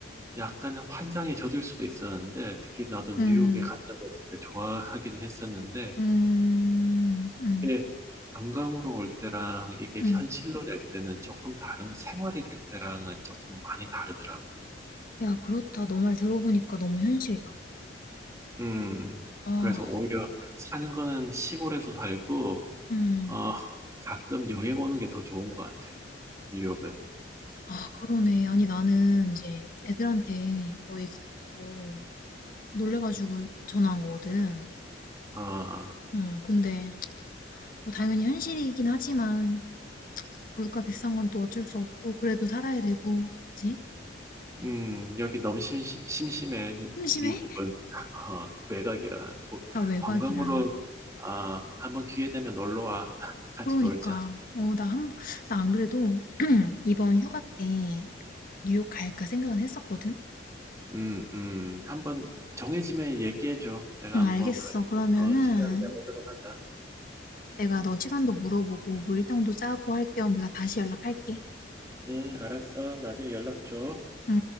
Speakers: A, on the right; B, on the left.
A: 약간 환상에 젖을 수도 있었는데, 특히 나도
B: 음,
A: 뉴욕에 간다고 했을 때 좋아하기는 했었는데,
B: 음, 음,
A: 이게 관광으로 올 때랑 이게
B: 음.
A: 현실로 될 때는 조금 다른, 생활이 될 때랑은 조금 많이 다르더라고.
B: 야, 그렇다. 너 말 들어보니까 너무 현실이다.
A: 음,
B: 아,
A: 그래서 오히려 사는 거는 시골에서 살고,
B: 음.
A: 어, 가끔 여행 오는 게 더 좋은 것 같아, 뉴욕은.
B: 아, 그러네. 아니, 나는 이제 애들한테 너 얘기 듣고 놀래가지고 전화한 거거든.
A: 아,
B: 응, 근데 뭐 당연히 현실이긴 하지만 물가 비싼 건 또 어쩔 수 없고 그래도 살아야 되고, 그치?
A: 음, 여기 너무 심, 심심해, 이-
B: 심심해?
A: 미국은. <laughs> 어, 외곽이라. 도,
B: 나 외곽이라.
A: 관광으로, 아, 한번 기회 되면 놀러 와. <laughs> 같이
B: 그러니까
A: 놀자.
B: 어, 나 한, 나 안 그래도 <clears throat> 이번 휴가 때 뉴욕 갈까 생각은 했었거든?
A: 음, 음, 한번 정해지면 얘기해줘. 내가
B: 응,
A: 한번
B: 알겠어.
A: 같이,
B: 그러면은
A: 어, 시간 내보도록 하자.
B: 내가 너 시간도 물어보고 뭐 일정도 짜고 할 겸 내가 다시 연락할게.
A: 음, 알았어. 나중에 연락 줘.
B: 응?